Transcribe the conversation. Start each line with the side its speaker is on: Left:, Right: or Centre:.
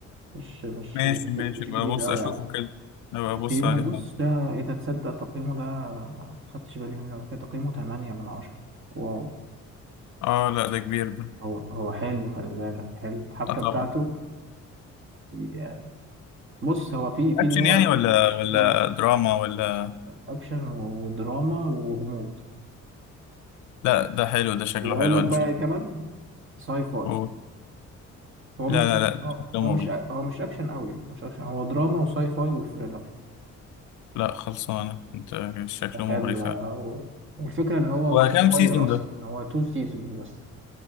Right: مش مش
Left: ماشي
Right: مش جديد-
Left: ماشي
Right: مش
Left: بقى
Right: جديد
Left: بص
Right: قوي
Left: اشوفه
Right: يعني
Left: كده بقى
Right: تقييمه
Left: ابص عليه
Right: بص ده ايه ده تصدق تقييمه ده ما خدتش بالي منه قبل كده تقييمه 8 من 10 واو
Left: اه لا ده كبير ده
Right: هو هو حلو خلي بالك حلو الحبكه
Left: اه طبعا
Right: بتاعته يعني بص هو في في
Left: اكشن
Right: اللي هو
Left: يعني ولا ولا
Right: نظام
Left: دراما ولا
Right: اكشن ودراما وغموض
Left: لا ده حلو ده شكله
Right: واقول
Left: حلو
Right: لك
Left: هنشوفه
Right: بقى كمان ساي فاي
Left: قول
Right: هو
Left: لا
Right: مش
Left: لا لا ده
Right: هو
Left: شكله
Right: هو
Left: مغري
Right: مش هو مش اكشن قوي مش اكشن هو دراما وساي فاي وثريلر
Left: لا خلصانة انت شكله مغري
Right: حلو
Left: فعلا
Right: ده. و- والفكره ان هو
Left: وكم
Right: صغير
Left: سيزون
Right: اصلا
Left: ده
Right: هو تو سيزونز بس